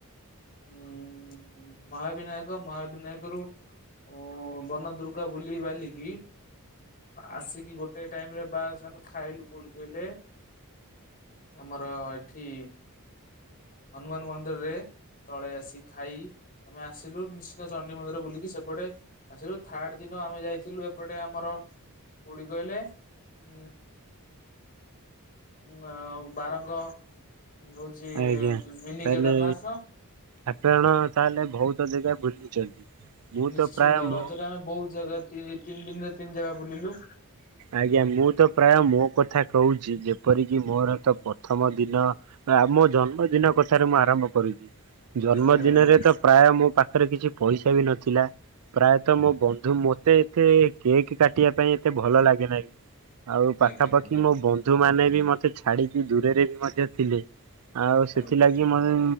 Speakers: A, on the left (about 40°); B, on the right (about 85°).
A: ଉଁ ମହାବିନାୟକ ମହାବିନାୟକ ରୁ ଓ ବନଦୁର୍ଗା ବୁଲି ବାଲିକି ଆସିକି ଗୋଟେ ଟାଇମରେ ବାସ୍ ଆମେ ଖାଇଲୁ କୋଉଠି କହିଲେ? ଆମର ଏଠି ହନୁମାନ ମନ୍ଦିରରେ। ତଳେ ଆସି ଖାଇ ଆମେ ଆସିଲୁ ନିଶ୍ଚିତ ଚଣ୍ଡୀ ମନ୍ଦିର ବୁଲିକି ସେପଟେ ଆସିଲୁ ଥାର୍ଡ ଦିନ ଆମେ ଯାଇଥିଲୁ ଏପଟେ ଆମର କୋଉଠି କହିଲେ? ଉଁ - ଉଁ ଆଉ ବାରଙ୍ଗ ହଉଛି
B: ଆଜ୍ଞା।
A: ମିନି
B: ତାହେଲେ
A: କେଦାରନାଥ।
B: ଆପଣ ତାହେଲେ ବହୁତ ଜାଗା ବୁଲିଛନ୍ତି। ମୁଁ
A: ନିଶ୍ଚିନ୍ତ
B: ତ ପ୍ରାୟ
A: ରଜରେ
B: ମୁଁ
A: ଆମେ ବହୁତ ଜାଗା ତିନି ଦିନରେ ତିନି ଜାଗା ବୁଲିଲୁ।
B: ଆଜ୍ଞା ମୁଁ ତ ପ୍ରାୟ ମୋ କଥା କହୁଛି, ଯେପରିକି ମୋର ତ ପ୍ରଥମ ଦିନ ମୋ ଜନ୍ମଦିନ କଥାରେ ମୁଁ ଆରମ୍ଭ କରିୁଛି। ଜନ୍ମଦିନରେ
A: ଆଜ୍ଞା ଆଜ୍ଞା।
B: ତ ପ୍ରାୟ ମୋ ପାଖରେ କିଛି ପଇସା ବି ନଥିଲା। ପ୍ରାୟତଃ ମୋ ବନ୍ଧୁ ମତେ ଏତେ କେକ୍ କାଟିବା ପାଇଁ ଏତେ ଭଲ ଲାଗେ ନାହିଁ। ଆଉ ପାଖାପାଖି
A: ଆଜ୍ଞା ଆଜ୍ଞା
B: ମୋ ବନ୍ଧୁ ଯଉମାନେ ବି ମତେ ଛାଡିକି ଦୂରରେ ବି ମଧ୍ୟ ଥିଲେ ଆଉ ସେଥିଲାଗି
A: ଆଜ୍ଞା
B: ମ ହୁଁ